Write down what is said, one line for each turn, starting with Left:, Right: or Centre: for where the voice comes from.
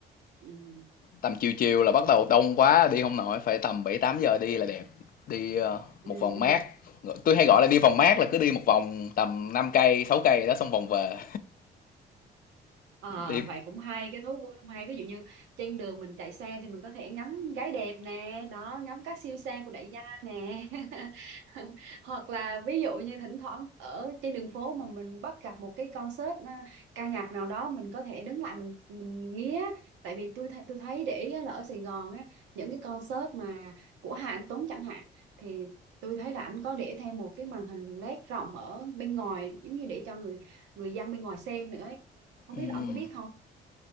Right: Ừ.
Left: tầm chiều chiều là bắt đầu đông quá đi không nổi phải tầm 7 8 giờ đi là đẹp đi ờ,
Right: Ừ,
Left: một vòng
Right: ừ.
Left: mát tôi hay gọi là đi vòng mát là cứ đi một vòng tầm 5 cây 6 cây đó xong vòng về
Right: À,
Left: đi
Right: vậy cũng hay cái thú vui năm hay ví dụ như trên đường mình chạy xe thì mình có thể ngắm gái đẹp nè đó ngắm các siêu xe của đại gia nè <laughs> hoặc là ví dụ như thỉnh thoảng ở trên đường phố mà mình bắt gặp một cái concert à, ca nhạc nào đó mình có thể đứng lại mình mình nghe tại vì tôi th- tôi thấy để ý á là ở Sài Gòn á những cái concert mà của Hà Anh Tuấn chẳng hạn thì tôi thấy là anh có để thêm một cái màn hình LED rộng ở bên ngoài giống như để cho người người dân bên ngoài xem nữa ấy không
Left: Ừm,
Right: biết là ông có biết không